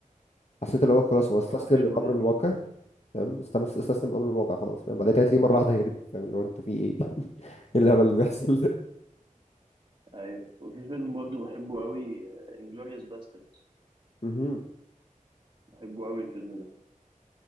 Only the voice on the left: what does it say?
حسيت اللي هو خلاص هو استسلم
للامر
الواقع
فاهم استم- استسلم لامر الواقع خلاص فاهم بعد كده تلاقيه مره واحده هرب فاهم اللي هو انتوا في ايه <laughs> ايه الهبل اللي بيحصل ده
مهم.